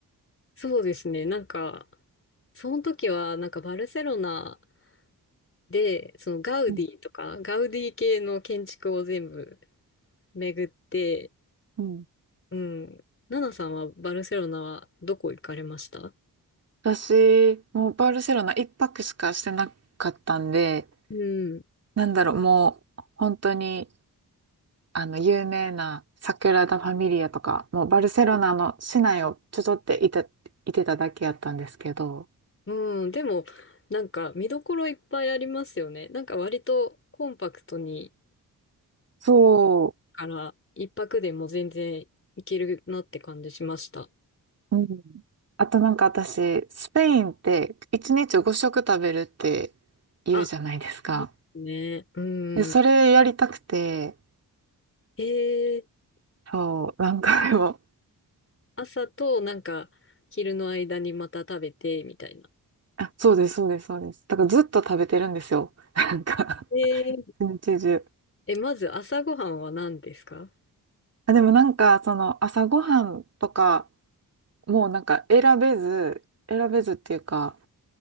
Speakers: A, on the left (about 35°); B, on the right (about 40°).
A: そうですね。なんか、その時は、なんかバルセロナで、そのガウディとか、
B: うん。
A: ガウディ系の建築を全部巡って、
B: うん
A: うん。ナナさんはバルセロナはどこ行かれました
B: 私、もうバルセロナ一泊しかしてなかったんで、
A: うん。
B: なんだろう、もう本当に、あの、有名なサグラダ・ファミリアとか、もうバルセロナの市内をちょちょっていて、いてただけやったんですけど、
A: うん。でも、なんか見どころいっぱいありますよね。なんか割とコンパクトに、
B: そ
A: から一泊でも全然行けるなって感じしました。
B: う、うん。あとなんか私、スペインって一日5食食べるって言うじゃないですか。
A: あ、ね。う
B: で、それやりたくて、
A: ん。へえー
B: そう、なんかでも、
A: 朝となんか昼の間にまた食べてみたいな。
B: あ、そうです、そうです、そうです。だからずっと食べてるんですよ。なんか
A: えー、
B: 一日中。
A: え、まず朝ごはんは何ですか
B: あ、でもなんか、その朝ごはんとか、もうなんか選べず、選べずっていうか、